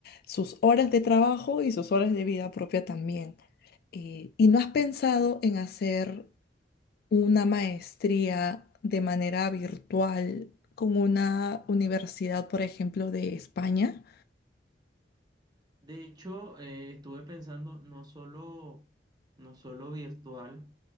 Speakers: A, on the left (about 55°); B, on the right (about 20°).
A: sus horas de trabajo y sus horas de vida propia también. Eh, ¿y no has pensado en hacer una maestría de manera virtual con una universidad, por ejemplo, de España?
B: De hecho, eh, estuve pensando no solo, no solo virtual,